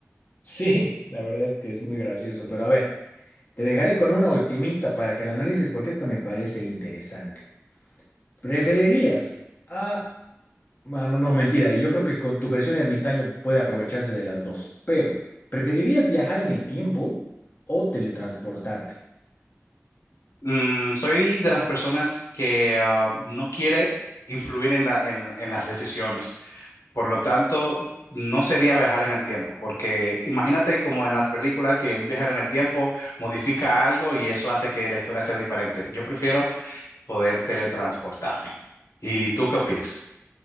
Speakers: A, on the left; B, on the left.
A: Sí, la verdad es que es muy gracioso, pero a ver. Te dejaré con una ultimita para que la analices porque esta me parece interesante. ¿Preferirías a... Ah, no, no, mentira. Yo creo que con tu versión ermitaño puede aprovecharse de las dos, pero ¿preferirías viajar en el tiempo o teletransportarte?
B: Mm, soy de las personas que ah, no quiere influir en la- en, en las decisiones. Por lo tanto, no sería viajar en el tiempo, porque imagínate como en las películas que un viajero en el tiempo modifica algo y eso hace que la historia sea diferente. Yo prefiero poder teletransportarme. ¿Y tú qué opinas?